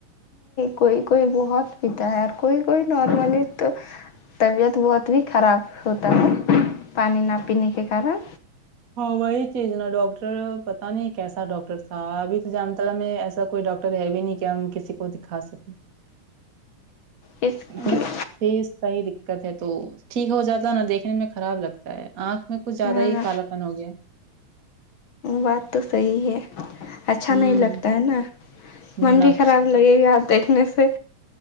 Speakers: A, on the left (about 60°); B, on the right (about 35°).
A: کوئی کوئی بہت پتا ہے اور کوئی کوئی نارملی تو طبیعت بہت بھی خراب ہوتا ہے پانی نہ پینے کے کارن
B: ہاں وہی چیز نا ڈاکٹر پتا نہیں کیسا ڈاکٹر تھا ابھی تو جام تال میں ایسا کوئی ڈاکٹر ٹر ہے بھی نہیں کہ ہم کسی کو دکھا سکیں
A: اس کی
B: بس فیس کا ہی دکت ہے تو ٹھیک ہو جاتا نا دیکھنے میں خراب لگتا ہے آنکھ میں کچھ زیادہ
A: ہاں
B: ہی کالاپن ہو گیا
A: بات تو صحیح ہے اچھا
B: ہوں
A: نہیں لگتا ہے نا من
B: نہ
A: بھی خراب لگے گیا دیکھنے سے